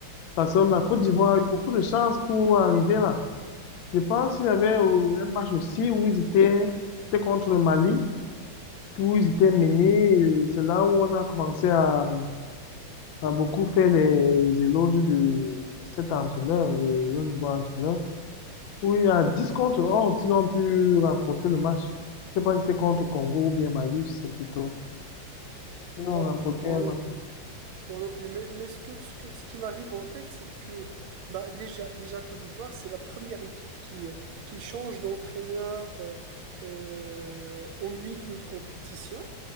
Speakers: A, on the left (about 75°); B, on the right (about 85°).
A: Parce
B: Oui,
A: que la Côte d'Ivoire a eu beaucoup de chance pour arriver là. Je pense qu'il y avait euh, un match aussi où ils étaient, c'était contre le Mali, où ils étaient menés. euh, C'est là où on a commencé à, à beaucoup faire les éloges de cet entraîneur, le le nouveau entraîneur. Oui, à dix contre 11, ils ont pu remporter le match. Je sais pas si c'était contre Congo ou bien Mali, c'est plutôt. Ils
B: Moi,
A: ont remporté
B: moi
A: un match.
B: non plus. Moi non plus, mais, mais ce que, ce que, ce qui m'arrive en tête, c'est que bah, déjà, déjà Côte d'Ivoire, c'est la première équipe qui, euh, qui change d'entraîneur euh, euh, au milieu de compétition,